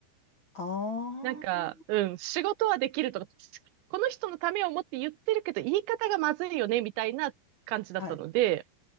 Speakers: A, on the left (about 60°); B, on the right (about 80°).
A: あ
B: なんか、うん、仕事はできるとか、この人のためを思って言ってるけど、言い方がまずいよね、みたいな感じだったので、
A: あ。はい。